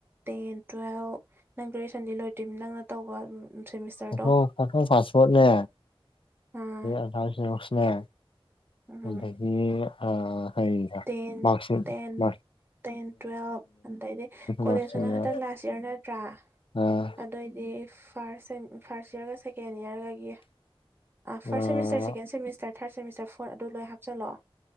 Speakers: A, on the right; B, on the left.
A: ꯇꯦꯟ ꯇꯨꯋꯦꯜꯞ ꯅꯪ ꯒ꯭ꯔꯦꯖꯨꯑꯌꯦꯁꯟꯗꯤ ꯂꯣꯏꯗ꯭ꯔꯤꯕ ꯅꯪꯅ ꯇꯧꯕ ꯁꯦꯃꯤꯁꯇꯔꯗꯣ
B: ꯐꯣꯇꯣ ꯐꯇꯣ ꯄꯥꯁꯄꯣꯔꯠꯅꯦ
A: ꯑꯥ
B: ꯑꯁꯣꯛꯁꯅꯦ
A: ꯎꯝ
B: ꯑꯗꯒꯤ ꯍ
A: ꯇꯦꯟ
B: ꯃꯥꯔꯁ
A: ꯇꯦꯟ
B: ꯃꯥ
A: ꯇꯦꯟ ꯇꯨꯋꯦꯜꯐ ꯑꯗꯩꯗꯤ ꯀꯣꯂꯦꯖꯇꯅ
B: ꯃꯥꯔꯛꯁꯤꯠꯅꯦ
A: ꯈꯇꯪ ꯂꯥꯁ ꯏꯌꯥꯔ ꯅꯠꯇ꯭ꯔꯥ
B: ꯑꯥ
A: ꯑꯗꯨꯑꯣꯏꯗꯤ ꯐꯥꯔꯁ ꯐꯥꯔꯁ ꯏꯌꯥꯔꯒ ꯁꯦꯀꯦꯟ ꯏꯌꯥꯔꯒꯒꯤ ꯐꯥꯔꯁ
B: ꯑꯥ
A: ꯁꯦꯃꯤꯁꯇꯔ second semester third semester four ꯑꯗꯨ ꯂꯣꯏ ꯍꯥꯞꯆꯜꯂꯑꯣ